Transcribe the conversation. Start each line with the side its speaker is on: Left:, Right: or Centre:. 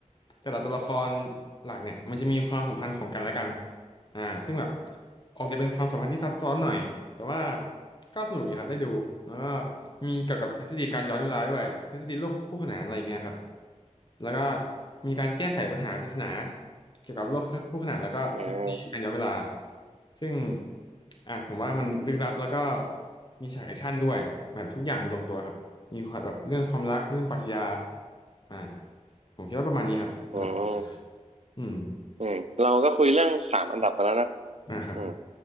Left: แต่ละตัวละครหลักเนี่ยมันจะมีความสัมพันธ์ของกันและกันอ่าซึ่งแบบออกจะเป็นความสัมพันธ์ที่ซับซ้อนหน่อยแต่ว่าก็สนุกดีครับได้ดูแล้วก็มีเกี่ยวกับทฤษฎีการย้อนเวลาด้วยทฤษฎีโลกคู่ขนานอะไรอย่างเงี้ยครับแล้วก็มีการแก้ไขปัญหาปริศนาเกี่ยวกับโลกคู่ขนานแล้วก็ทฤษฎีการย้อนเวลา
Right: อืม
Left: ซึ่งอ่ะผมว่ามันลึกลับแล้วก็มีฉากแอคชั่นด้วยแบบทุกอย่างมันลงตัวครับ มีความแบบเรื่องความรักเรื่องปรัชญาอ่าผมคิดว่าประมาณนี้ครับอันดับ
Right: อืม
Left: อืม
Right: อืมเราก็คุยเรื่องสามอันดับไปแล้วนะ
Left: อ่าครับ
Right: อืม